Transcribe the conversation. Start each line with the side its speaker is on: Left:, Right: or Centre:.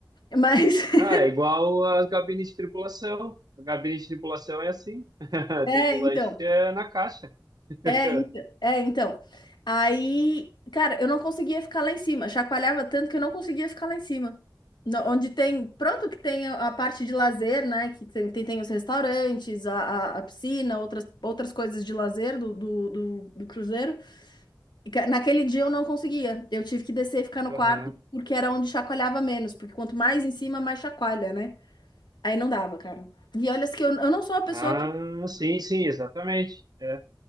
Left: Mas, <laughs>
Right: Ah, é igual as gabines de tripulação. A gabine de tripulação é assim. <laughs>
Left: é,
Right: Tripulante
Left: então.
Right: é na caixa. <laughs>
Left: É, então, é, então. Aí, cara, eu não conseguia ficar lá em cima. Chacoalhava tanto que eu não conseguia ficar lá em cima. No- onde tem, pronto, que tem a, a parte de lazer, né? Que tem, tem, tem os restaurantes, a, a, a piscina, outras, outras coisas de lazer do, do, do, do cruzeiro. E, ca- naquele dia eu não conseguia. Eu tive que descer e ficar no
Right: Aham.
Left: quarto, porque era onde chacoalhava menos. Porque quanto mais em cima, mais chacoalha, né? Aí não dava, cara. E olha que eu, eu não sou uma pessoa
Right: Ah,
Left: que
Right: sim, sim, exatamente. É.